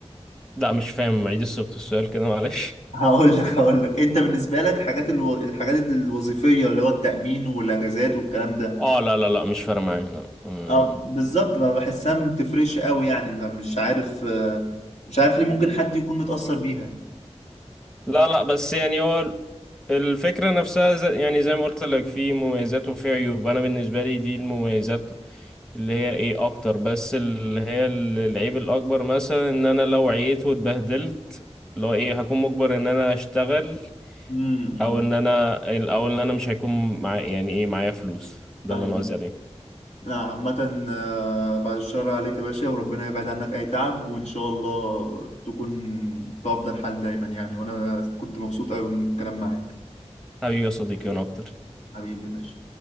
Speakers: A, in the centre; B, on the left.
A: لا مش فاهم عيد صياغه السؤال كده معلش <laughs>
B: هقول لك هقول لك انت بالنسبه لك حاجات الو... الحاجات الوظيفيه اللي هو التامين والاجازات والكلام ده
A: اه لا لا لا مش فارقه معايا لا أمم.
B: اه بالظبط ما بحسها ما بتفرقش قوي يعني فمش عارف آه، مش عارف ليه ممكن حد يكون متاثر بيها
A: لا لا بس يعني هو ال- الفكره نفسها ز- يعني زي ما قلت لك في مميزات وفي عيوب انا بالنسبه لي دي المميزات اللي هي ايه اكتر بس اللي هي ال- العيب الاكبر مثلا ان انا لو عييت واتبهدلت اللي هو ايه هكون مجبر ان انا اشتغل
B: امم
A: او ان انا او ان انا مش هيكون مع يعني ايه معايا فلوس ده
B: ايوه
A: اللي انا قصدي عليه
B: لا عامه آه، بعد الشر عليك يا باشا وربنا يبعد عنك اي تعب وان شاء الله تكون في افضل حال دايما يعني وانا كنت مبسوط قوي من الكلام معاك
A: حبيبي يا صديقي انا اكتر
B: حبيبي يا باشا